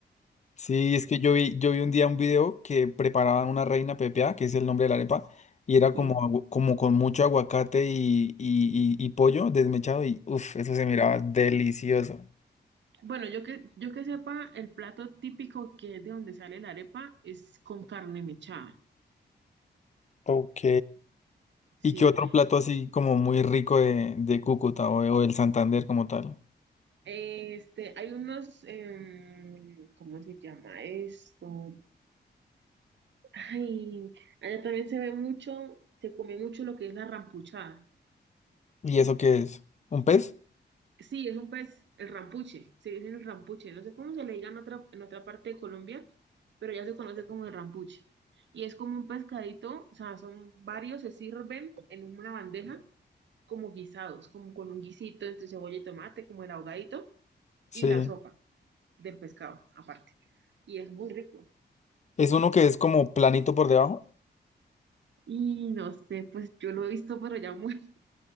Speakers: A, on the left; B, on the right.
A: Sí, es que yo vi, yo vi un día un video que preparaban una reina pepiada, que es el nombre de la arepa, y era
B: Sí.
A: como, agu- como con mucho aguacate y, y, y- y pollo desmechado, y uff, eso se miraba delicioso.
B: Bueno, yo que, yo que sepa, el plato típico que es de donde sale la arepa es con carne mechada,
A: Ok.
B: sí.
A: ¿Y qué otro plato así como muy rico de, de Cúcuta o, de- o del Santander como tal?
B: Este, hay unos, em, ¿cómo se llama esto? Ay, allá también se ve mucho, se come mucho lo que es la rampuchada.
A: ¿Y eso qué es? ¿Un pez?
B: Sí, es un pez, el rampuche, se dice el rampuche, no sé cómo se le diga en otra, en otra parte de Colombia, pero ya se conoce como el rampuche. Y es como un pescadito, o sea, son varios, se sirven en una bandeja como guisados, como con un guisito entre cebolla y tomate, como el ahogadito,
A: Sí.
B: y la sopa del pescado aparte. Y es muy rico.
A: ¿Es uno que es como planito por debajo?
B: Y no sé, pues yo lo he visto pero ya muy...